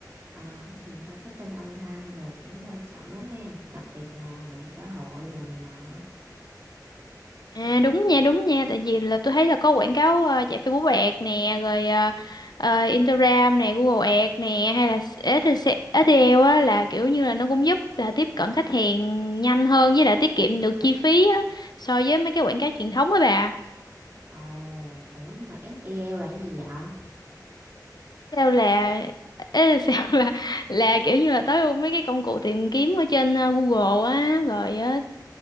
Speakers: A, on the right (about 35°); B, on the left (about 70°).
A: ờ, cái gì marketing online đồ cũng quan trọng lắm ha, đặc biệt là mạng xã hội đồ này nọ.
B: À đúng nha, đúng nha, tại vì là tôi thấy là có quảng cáo ờ, chạy Facebook Ads nè, rồi ờ, ờ, Instagram nè, Google Ads nè, hay là SEO á là kiểu như là nó cũng giúp là tiếp cận khách hàng nhanh hơn với lại tiết kiệm được chi phí á so với mấy cái quảng cáo truyền thống á bà.
A: Ồ, ủa nhưng mà SEL là cái gì vậy? À,
B: Sao là <laughs> ê, sao là là kiểu như là tới mấy cái công cụ tìm kiếm ở trên ờ, Google á, rồi ờ,